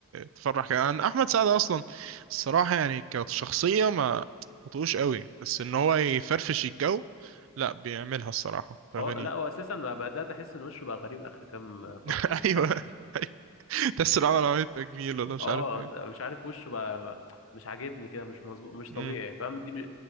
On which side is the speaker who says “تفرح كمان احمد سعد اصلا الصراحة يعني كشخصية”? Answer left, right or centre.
Right